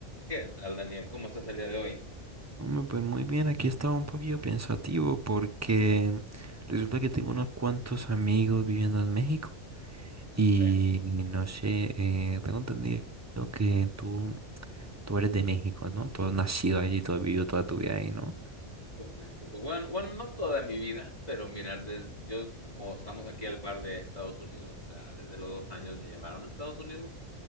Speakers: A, on the left; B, on the right.
A: ¿Qué tal, Daniel? ¿Cómo estás el día de hoy?
B: Hombre, pues muy bien, aquí estaba un poquillo pensativo porque resulta que tengo unos cuantos amigos viviendo en México y
A: Ok,
B: no sé, eh, tengo entendido que tú, tú eres de México, ¿no? Tú has nacido allí, tú has vivido toda tu vida ahí, ¿no?
A: correcto. Co- Bueno, bueno, no toda mi vida, pero mira, de- yo como estamos aquí al par de Estados Unidos, ah, desde los dos años me llevaron a Estados Unidos